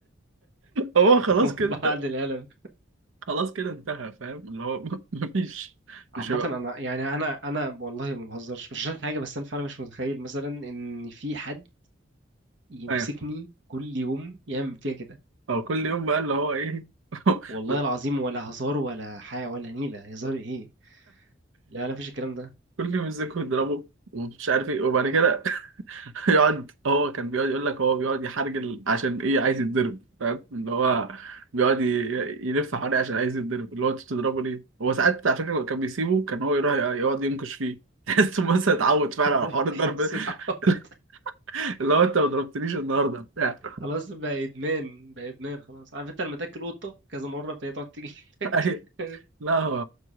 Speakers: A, on the right; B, on the right.
A: هو
B: <laughs>
A: خلاص كده
B: وبعد العالم
A: خلاص كده انتهى فاهم اللي هو <laughs> مفيش
B: عامة
A: مش هيبقى
B: انا يعني انا انا والله ما بهزرش مش عشان حاجة بس انا فعلا مش متخيل مثلا ان في حد يمسكني
A: ايوه
B: كل يوم يعمل فيها كده
A: هو كل يوم بقى اللي هو ايه <laughs>
B: والله
A: بس
B: العظيم ولا هزار ولا حاجة ولا نيلة هزار ايه لا لا مفيش الكلام ده
A: كل يوم يمسكه يضربه ومش عارف ايه وبعد كده <laughs> يقعد هو كان بيقعد يقول لك هو بيقعد يحرجل عشان ايه عايز يتضرب فاهم اللي هو بيقعد ي- يلف حواليه عشان عايز يتضرب اللي هو انت بتضربه ليه هو ساعات على فكره كان بيسيبه كان هو يروح يقعد ينكش فيه <laughs> تحسه مثلا اتعود فعلا
B: <laughs>
A: على حوار الضرب
B: استعبط.
A: ده. <laughs> اللي هو انت ما ضربتنيش النهارده بتاع
B: خلاص بقى ادمان بقى ادمان خلاص عارف انت لما تاكل قطة كذا مرة فهي تقعد تيجي لك
A: <laughs> أي-
B: <laughs>
A: لا هو